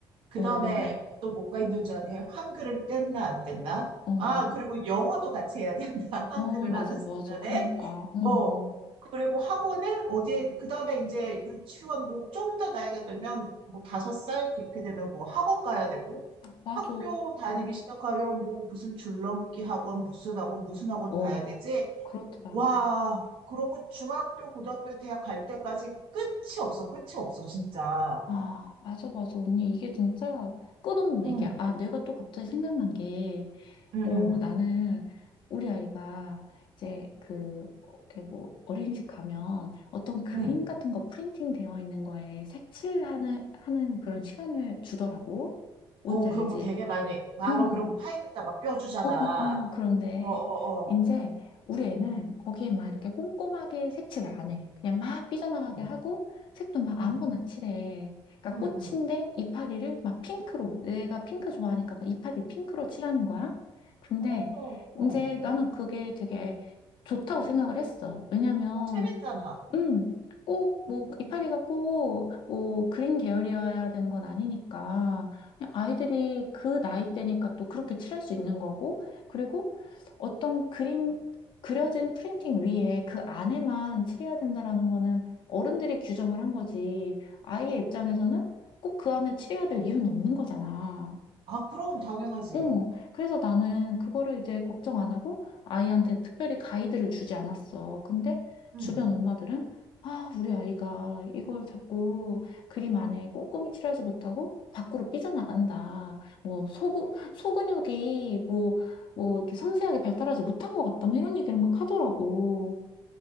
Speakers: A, on the right; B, on the left.
A: 그
B: 어,
A: 다음에 또 뭐가 있는 줄 아니? 한글을 뗐나 안 뗐나?
B: 어,
A: 아, 그리고 영어도 같이 해야 된다. <laughs> 한글을
B: 어, 맞아,
A: 하는 순간에.
B: 맞아. 그니까, 어,
A: 어, 그리고 학원을 어디 그 다음에 이제 유치원 뭐 좀 더 나이가 들면 뭐 다섯 살 그렇게 되면 뭐 학원 가야 되고
B: 맞아.
A: 학교 다니기 시작하면 뭐 무슨 줄넘기 학원, 무슨 학원, 무슨 학원
B: 어,
A: 가야 되지?
B: 그렇더라.
A: 와, 그러고 중학교, 고등학교, 대학 갈 때까지 끝이 없어. 끝이 없어, 진짜.
B: 아, 맞아, 맞아. 언니, 이게 진짜 끝없는
A: 응,
B: 얘기야. 아, 내가 또 갑자기 생각난 게,
A: 응,
B: 어,
A: 응.
B: 나는 우리 아이가 이제 그, 이렇게 뭐, 어린이집 가면 어떤 그림
A: 응.
B: 같은 거 프린팅 되어 있는 거에 색칠하는, 하는 그런 시간을 주더라고. 뭔지
A: 어, 그런
B: 알지?
A: 거 되게 많이, 마로
B: 음.
A: 그러고 파인에다 막 껴주잖아.
B: 어, 어, 어, 그런데
A: 어, 어,
B: 이제
A: 어.
B: 우리 애는 거기에 막 이렇게 꼼꼼하게 색칠을 안 해. 그냥 막 삐져나가게
A: 응,
B: 하고 색도 막
A: 응,
B: 아무거나 칠해. 그러니까
A: 응,
B: 꽃인데
A: 응.
B: 이파리를 막 핑크로, 내가 핑크 좋아하니까 막 이파리 핑크로 칠하는 거야. 근데
A: 어, 어.
B: 이제 나는 그게 되게 좋다고 생각을 했어. 왜냐면
A: 어, 재밌잖아.
B: 음, 꼭, 뭐, 이파리가 꼭, 뭐, 그린 계열이어야 되는 건 아니니까, 그냥 아이들이 그 나이 때니까 또 그렇게 칠할 수 있는 거고, 그리고 어떤 그림, 그려진 프린팅 위에 그 안에만 칠해야 된다라는 거는 어른들이 규정을 한 거지, 아이의 입장에서는 꼭 그 안에 칠해야 될 이유는 없는 거잖아.
A: 아, 그럼 당연하지.
B: 어, 그래서 나는 그거를 이제 걱정 안 하고 아이한테 특별히 가이드를 주지 않았어. 근데
A: 응.
B: 주변 엄마들은 아, 우리 아이가 이걸 자꾸 그림 안에 꼼꼼히 칠하지 못하고 밖으로 삐져나간다. 뭐, 소근, 소근육이 뭐, 뭐, 이렇게 섬세하게 발달하지 못한 것 같다. 뭐 이런 얘기를 막 하더라고.